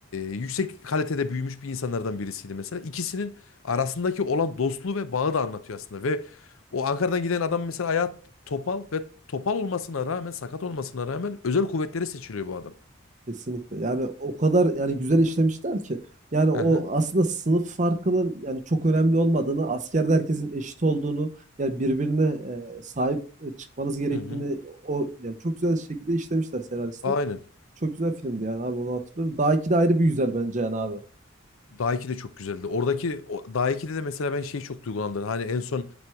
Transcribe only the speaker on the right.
Kesinlikle. Yani o kadar yani güzel işlemişler ki. Yani o
aslında sınıf farkının yani çok önemli olmadığını, askerde herkesin eşit olduğunu, yani birbirine e, sahip e, çıkmanız gerektiğini
o yani çok güzel şekilde işlemişler senaristler.
Çok güzel filmdi yani abi onu hatırlıyorum. Daha iki de ayrı bir güzel bence yani abi.